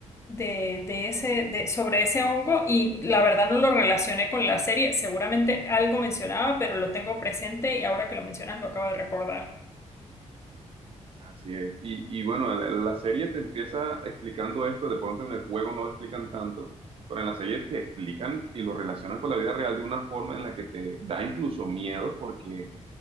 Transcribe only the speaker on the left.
de ese, de, sobre ese hongo y la verdad no lo relacioné con la serie. Seguramente algo mencionaba, pero lo tengo presente y ahora que lo mencionas lo acabo de recordar.